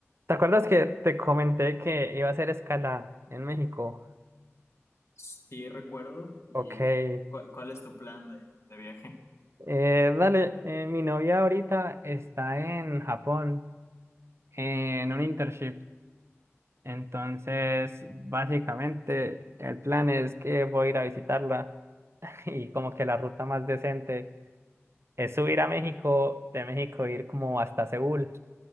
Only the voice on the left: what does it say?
Sí, recuerdo. ¿Y
cuál, cuál es tu plan de, de viaje?